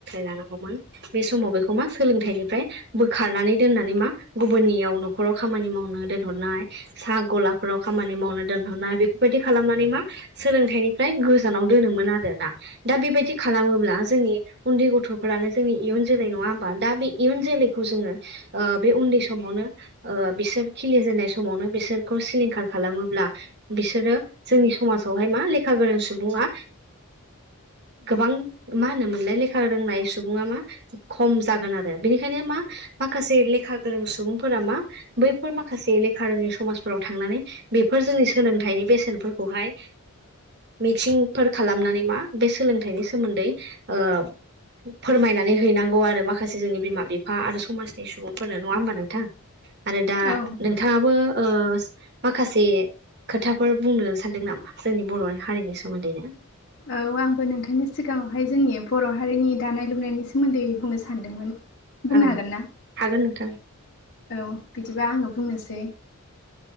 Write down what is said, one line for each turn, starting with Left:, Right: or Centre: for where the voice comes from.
Right: लानांगौमोन बे समाव बेखौ मा सोलोंथाइनिफ्राय बोखारनानै दोन नानै मा गुबुननियाव न'खराव खामानि मावनो दोनहरनाय साहा गलाफोराव खामानि मावनो दोन बेफोरबायदि खालामनानै मा सोलोंथाइनिफ्राय गोजानाव दोनोमोन आरोना दा बेबायदि खालाम मोब्ला जोंनि उन्दै गथ'फोरानो जोंनि इयुन जोलै नङा होमबा दा बे इयुन जोलैखौ जोङो बे उन्दै समावनो बिसोर खिलिजेननाय समावनो बिसोरखौ सिलिंखार खालामोब्ला बिसोरो जोंनि समाजावहाय मा लेखा गोरों सुबुङा गोबां मा होनो मोनलाय लेखा रोंनाय सुबुङा मा खम जागोन आरो बेनिखायनो मा माखासे लेखा गोरों सुबुंफोरा मा बैफोर माखासे लेखा रोङै समाजफोराव थांनानै बेफोरजों सोलोंथाइनि बेसेनफोरखौहाय मिथिंफोर खालामनानै मा बे सोलोंथाइनि सोमोन्दै नै ओ फोरमायनानै हैनांगौ आरो माखासे जोंनि बिमा- बिफा आरो समाजनि सुबुंफोरनो नङा होमबा नोंथां आरो दा
Left: औ
Right: नोंथाङाबो ओ माखासे खोथाफोर बुंनो सानदों नामा जोंनि बर' हारिनि सोमोन्दैनो
Left: औ आंबो नोंथांनि सिगाङावहाय जोंनि बर' हारिनि दानाय- लुनायनि सोमोन्दैयै बुंनो सानो सानदोंमोन बुंनो
Right: औ
Left: हागोन ना
Right: हागोन नोंथां
Left: औ बिदिबा आङो बुंनोसै